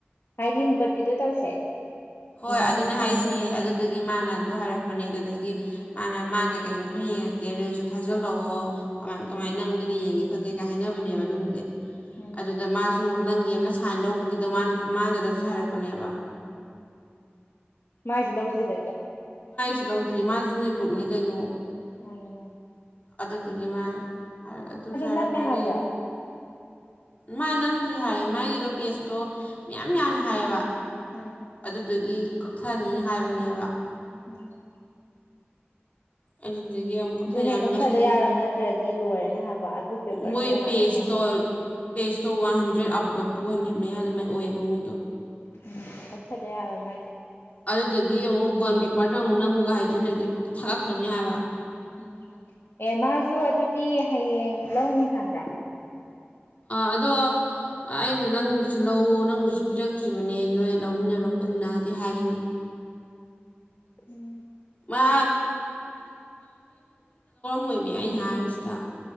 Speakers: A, on the left (about 70°); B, on the left (about 35°).
A: ꯍꯥꯏꯗꯤ ꯍꯣꯡꯒꯠꯄꯤꯗꯨꯣ ꯇꯧꯁꯦ
B: ꯍꯣꯏ ꯑꯗꯨꯅꯦ ꯍꯥꯏꯁꯦ ꯑꯗꯨꯗꯒꯤ ꯃꯥꯅ ꯑꯗꯨ ꯍꯥꯏꯔꯛꯄꯅꯦ ꯑꯗꯨꯗꯒꯤ ꯃꯥꯅ ꯃꯥ ꯀꯩꯀꯩꯅꯣ ꯈꯔ ꯌꯦꯡꯉꯛꯀꯦ ꯔꯤꯜꯁꯁꯨ ꯊꯥꯖꯤꯜꯂꯛꯑꯣ ꯀꯃꯥꯏ ꯀꯃꯥꯏꯅ ꯅꯝꯈꯤꯗ ꯌꯦꯡꯒꯦ ꯈꯣꯠꯀꯦ ꯀꯩ ꯍꯥꯏꯅꯕꯅꯦꯕ ꯑꯗꯨꯕꯨꯗꯤ
A: ꯎꯝ
B: ꯑꯗꯨꯗ ꯃꯥ ꯁꯨ ꯅꯪꯒꯤ ꯑꯃ ꯁꯥꯏꯟ ꯂꯧꯕꯒꯤꯗꯣ ꯃꯗꯨꯗꯁꯨ ꯍꯥꯏꯔꯛꯄꯅꯦꯕ
A: ꯃꯥꯖꯤꯤ ꯂꯧ ꯎꯗ꯭ꯔꯤꯕꯌꯥ
B: ꯁꯤ ꯂꯧꯗ꯭ꯔꯤ ꯃꯥ ꯖꯨꯅꯤꯔ ꯒ꯭ꯔꯨꯞꯅꯤ ꯀꯩꯅꯣ
A: ꯑ
B: ꯑꯗꯨꯗꯨꯒꯤ ꯃꯥ ꯍꯥꯏ ꯑꯗꯨꯁꯨ ꯍꯥꯏꯔꯛꯄ
A: ꯅꯝꯃꯦ
B: ꯑꯗꯨꯏꯗꯤ
A: ꯍꯥꯏꯕ꯭ꯔꯣ
B: ꯃꯥꯏꯅ ꯔꯤ ꯍꯥꯏꯌꯦ ꯃꯥꯒꯤꯗꯣ ꯄꯦꯁꯇꯣ ꯃꯌꯥꯝ ꯌꯥꯝꯃꯦ ꯍꯥꯏꯌꯦꯕ
A: ꯎꯝ
B: ꯑꯗꯨꯗꯨꯒꯤ ꯀꯛꯊꯅꯤꯅ ꯍꯥꯏꯕꯅꯦꯕ
A: ꯎꯝ
B: ꯑꯦꯗꯤ ꯑꯗꯒꯤ ꯑꯃꯨꯛ ꯀꯛꯊꯅꯤ
A: ꯑꯗꯨꯅꯦ
B: ꯍꯥꯏꯕ
A: ꯀꯛꯊꯗ
B: ꯉꯁꯤꯁ
A: ꯌꯥꯔꯣꯏ ꯅꯠꯇ꯭ꯔꯗꯤ ꯂꯣꯏꯔꯅꯤ ꯍꯥꯏꯕ ꯑꯗꯨ ꯄꯦꯄꯔꯗꯨꯗ
B: ꯃꯣꯏ
A: ꯉꯥꯛꯇ
B: ꯄꯦꯖꯇꯣ
A: ꯅꯝꯃꯗꯤ
B: ꯄꯦꯖꯇꯣ ꯋꯥꯟ ꯍꯟꯗ꯭ꯔꯦꯠ ꯑꯕꯞ ꯇꯨ ꯍꯟꯗ꯭ꯔꯦꯠ ꯃꯌꯥ ꯑꯗꯨꯃꯥꯏꯅ ꯑꯣꯏꯑꯕ ꯃꯣꯏꯗꯣ
A: ꯎꯝ ꯆꯠꯊꯗ ꯌꯥꯔꯣꯏ ꯃꯥꯏꯗꯤ
B: ꯑꯗꯨꯗꯒꯤ ꯑꯃꯨꯛ ꯕꯟ ꯄꯦꯄꯔꯗ ꯑꯃꯨꯛ ꯅ ꯑꯃꯨꯛꯒ ꯍꯥꯏꯖꯤꯜꯂꯗꯤ ꯊꯥꯒꯠꯈ꯭ꯔꯅꯤ ꯍꯥꯏꯕ
A: ꯎꯝ ꯑꯦ ꯃꯥꯁꯨ ꯑꯗꯨꯗꯤ ꯍꯌꯦꯡ ꯂꯧꯅꯤ ꯍꯥꯏꯕ꯭ꯔꯥ
B: ꯑꯗꯣ ꯑꯩꯅ ꯅꯪꯒꯤꯁꯨ ꯂꯧꯎ ꯅꯪꯗꯨꯁꯨ ꯄꯤꯔꯛꯇ꯭ꯔꯤꯕꯅꯦ ꯅꯣꯏ ꯂꯧꯃꯤꯟꯅꯔꯣ ꯄꯨꯟꯅꯗꯤ ꯍꯥꯏꯒꯅꯤ
A: ꯎꯝ
B: ꯃꯥ ꯃ ꯑꯣꯏꯃꯦ ꯑꯩ ꯍꯥꯏꯔꯤꯁꯤꯗ